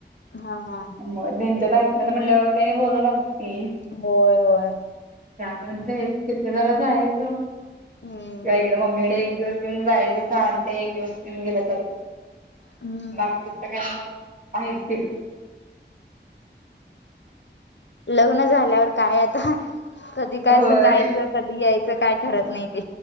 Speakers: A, on the left; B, on the right.
A: हा हा
B: मग त्यांच्यात असत्यात म्हटलं त्यांनी बोलवणारच की.
A: होय होय
B: त्या म्हणत्या हेत आहेत तिथे जरा जायचं
A: हम्म
B: काय कर मम्मीकडे एक दिवस येऊन जायच चालतंय एक दिवस येऊन गेलं तरी
A: हम्म
B: बाकीच काय आता आहेत तेच
A: लग्न झाल्यावर काय आता कधी काय
B: होय
A: कस जायचं कधी यायचं काय ठरत नाही ते